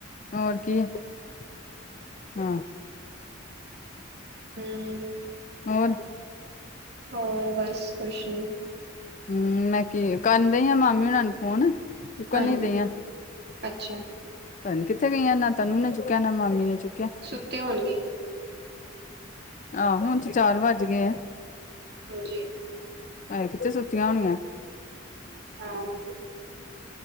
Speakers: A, on the left; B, on the right.
A: ਹੋਰ ਕੀ ਹੂੰ,
B: ਹੂੰ।
A: ਹੋਰ।
B: ਹੋਰ ਬਸ ਕੁੱਛ ਨੀਂ।
A: ਹੂੰ, ਮੈਂ ਕੀ ਕਰਨ ਡਈ ਆ ਮਾਮੇ ਹੁਣਾ ਨੂੰ ਫ਼ੋਨ। ਚੁੱਕਣ
B: ਹਾਂਜੀ
A: ਨੀ ਦਈਆਂ। ਪਤਾ
B: ਅੱਛਾ
A: ਨੀ ਕਿੱਥੇ ਗਈਆਂ। ਨਾ ਤਨੂੰ ਨੇ ਚੁੱਕਿਆਂ ਨਾ ਮਾਮੀ ਨੇ ਚੁੱਕਿਆ।
B: ਸੁੱਤੇ ਹੋਣਗੇ।
A: ਆਹੋ ਹੁਣ ਤਾਂ ਚਾਰ ਵੱਜ ਗਏ ਆ
B: ਹਾਂਜੀ
A: ਅਹੇ ਕਿੱਥੇ ਸੁੱਤੀਆਂ ਹੋਣੀਆਂ
B: ਹੂੰ।